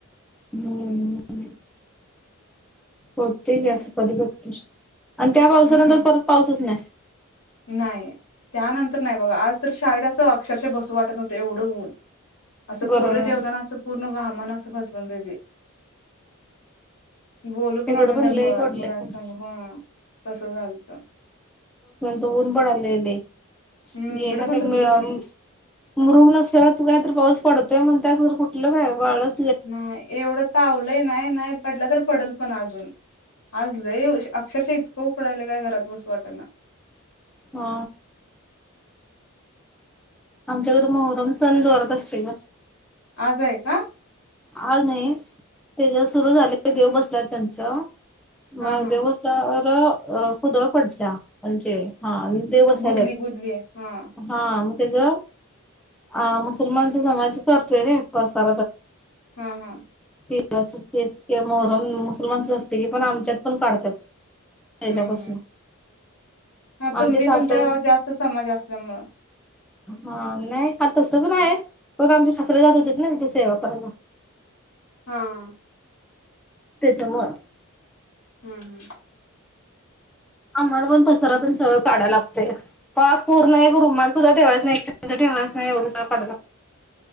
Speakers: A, in the centre; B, on the left.
A: हम्म् होते गॅस कधीकधी आणि त्या पावसानंतर
B: हम्म
A: परत पाऊसच नाही
B: नाही त्यानंतर नाही बाबा आज तर शाळेत असं अक्षरशः बसू वाटत होतं एवढं ऊन असं
A: बरोबर
B: पोरं जेवताना असं पूर्ण घाम मन अस फसवून दिली बोलू पण
A: इकडं
B: वाट ना त्यां
A: लय
B: मु
A: पडलाय
B: मुलांसग
A: पाऊस
B: ह हम्म तसं झालत
A: उन पडालेले.
B: हम्
A: घे
B: इकडे
A: ना मी
B: पण
A: ते
B: तसच
A: मी आम
B: झालं
A: मृगनक्षरात काय तर पाऊस पडतोय म्हणत्या खरं कुठलं वेळ वाळत
B: नाय, एवढं तावलंय नाय, नाय पडला तर पडल. पण अजून आज लय वश अक्षरशः इतकं उकडायल काय घरात बसू वाटना.
A: हा. आमच्याकडे मोहरम सण जोरात असतंय ना.
B: आज आहे का?
A: आज नाही, ते ज सुरू झाले देव बसल्या त्यांच
B: हा
A: म
B: हा
A: देवस्थळावर क अ कुदळ पडत्या. अणजे हा देव बसायल्यात
B: गुदली गुदली आहे हा
A: हा. तेचा आ मुसलमानच्या समाजाशी करतोय व्हय, <unintelligible>
B: ह-ह.
A: <unintelligible> कित के मोहरम मुसलमानचस असते की पण आमच्यात पण काढतात. पहिल्यापासून
B: हम्म-हम्म, हा तुम्ही
A: आमचे सासरे
B: तुमच्या गावात जास्त समाज असल्यामुळं.
A: अ हा नाही आता सगड आहे पण आमचे सासरे जात होतेत ना तिथ सेवा करायला.
B: हा-हा.
A: त्याच्यामुळं
B: हम्म-हम्म.
A: आम्हाला पण पसारा पण सगळ काढाय लागतय पाक पूर्ण एक रुमाल सुद्धा ठेवायचं नाय <unintelligible> ठेवायच नाय एवढं काढाय लाग